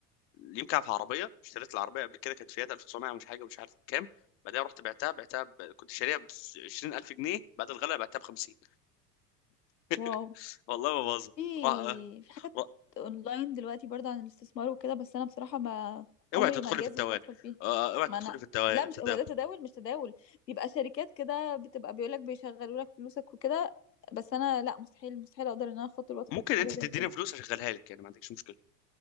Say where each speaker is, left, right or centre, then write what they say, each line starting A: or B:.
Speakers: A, on the left; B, on the left.
A: يمكن في عربيه اشتريت العربيه قبل كده كانت فيات 1900 مش حاجه مش عارف بكام بعدها رحت بعتها بعتها ب... كنت شاريها ب 20000 جنيه بعد الغلا بعتها ب 50 <laughs>
B: واو
A: والله ما بهزر
B: في
A: را-
B: في حاجات
A: را-
B: اونلاين دلوقتي برضه عن الاستثمار وكده بس انا بصراحه ما
A: اوعي
B: عمري
A: تدخلي
B: ما جاذب
A: في التوان
B: وادخل فيها
A: آه، اوعي
B: ما
A: تدخلي
B: انا
A: في التوا-
B: لا
A: التداول
B: مش هو ده تداول مش تداول بيبقى شركات كده بتبقى بيقولك بيشغلوا لك فلوسك وكده بس انا لا مستحيل مستحيل اقدر ان انا اخاطر وادخل
A: ممكن
B: في حاجه
A: انت
B: زي
A: تديني
B: كده
A: فلوس اشغلها لك يعني ما عندكش مشكله